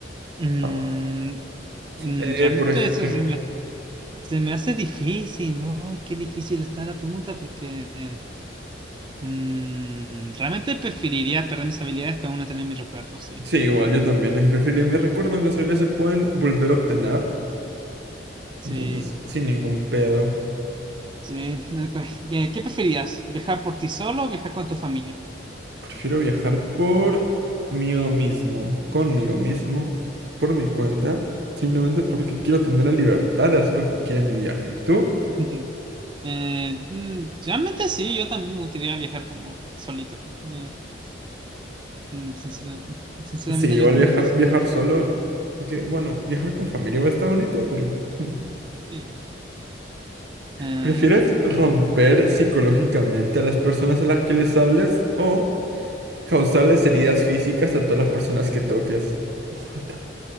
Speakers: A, on the right; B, on the right.
A: mm,
B: Ah,
A: mm,
B: eh,
A: realmente
B: por ejemplo,
A: eso se me, se me hace difícil, ¿no? Ay, Qué difícil está la pregunta porque eh, mm, realmente preferiría perder mis habilidades para no tener mis recuerdos, sí.
B: sí, igual yo también eh, preferiría mis recuerdos, las habilidades se pueden volver a obtener,
A: Sí,
B: entonces sin ningún pedo.
A: sí. <laughs> ok. Eh, ¿Qué preferirías? ¿Viajar por ti solo o viajar con tu familia?
B: Prefiero viajar por mí mismo, conmigo mismo, por mi cuenta, simplemente porque quiero tener la libertad de hacer lo que quiera en mi viaje. ¿Y tú?
A: <laughs> Eh, mm, realmente sí, yo también me gustaría viajar como solito. Eh, mm, sincera- sinceramente
B: Sí, igual
A: yo también
B: viajar,
A: quise.
B: viajar solo, porque bueno, viajar con familia igual está bonito, pero <laughs> hmm.
A: sí. Eh,
B: ¿prefieres romper psicológicamente a las personas a las que les hables o causarles heridas físicas a todas las personas que toques? <laughs> What the-